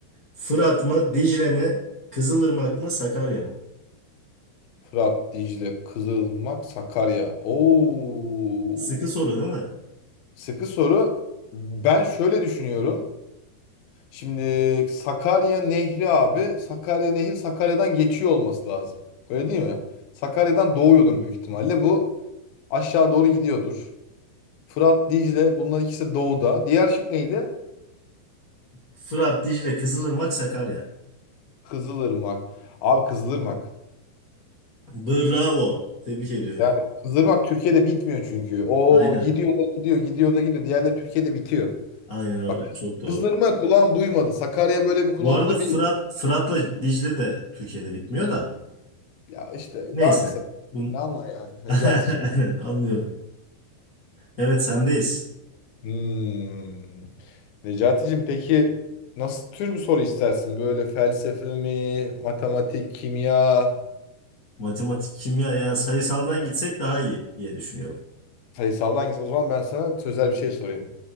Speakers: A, on the left; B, on the left.
A: Fırat mı, Dicle mi, Kızılırmak mı, Sakarya mı?
B: Fırat, Dicle, Kızılırmak, Sakarya. Oo.
A: Sıkı soru değil mi?
B: Sıkı soru. Ben şöyle düşünüyorum. Şimdi Sakarya Nehri abi. Sakarya Nehri Sakarya'dan geçiyor olması lazım. Öyle değil mi? Sakarya'dan doğuyordur büyük ihtimalle. Bu aşağı doğru gidiyordur. Fırat, Dicle bunlar ikisi doğuda. Diğer şık neydi?
A: Fırat, Dicle, Kızılırmak, Sakarya.
B: Kızılırmak. Abi Kızılırmak.
A: Bravo. Tebrik ediyorum.
B: Yani kızdırmak Türkiye'de bitmiyor çünkü. O
A: Aynen.
B: gidiyor da gidiyor, gidiyor da gidiyor. Diğerleri Türkiye'de bitiyor.
A: Aynen öyle.
B: Bak
A: Çok doğru.
B: kızdırma kulağım duymadı. Sakarya böyle bir kulağımda
A: Bu arada Fırat
B: bir
A: Fırat'la Dicle de Türkiye'de bitmiyor da.
B: ya işte
A: Neyse.
B: daha kısa.
A: Bun...
B: Ne anla yani Necati'cim.
A: <laughs> Aynen anlıyorum. Evet sendeyiz.
B: Hmm. Necati'cim peki nasıl tür bir soru istersin? Böyle felsefe mi, matematik, kimya,
A: Matematik, kimya yani sayısaldan gitsek daha iyi diye düşünüyorum.
B: sayısaldan hangisi? O zaman ben sana sözel bir şey sorayım.